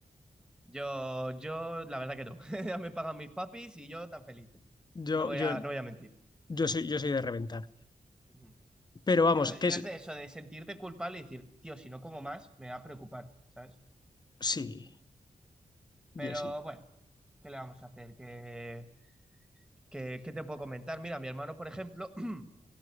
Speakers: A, in the centre; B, on the left (about 30°).
A: Yo, yo, la verdad que no. <laughs> Ya me pagan mis papis y yo tan feliz.
B: Yo,
A: No voy
B: yo,
A: a, no voy a mentir.
B: yo soy, yo soy de reventar.
A: Ujú.
B: Pero
A: Yo,
B: vamos,
A: yo
B: que es.
A: es de eso, de sentirte culpable y decir, tío, si no como más, me va a preocupar, ¿sabes?
B: Sí, yo
A: Pero
B: sí.
A: bueno, ¿qué le vamos a hacer? ¿Qué, qué- qué te puedo comentar? Mira, mi hermano, por ejemplo, <clears throat>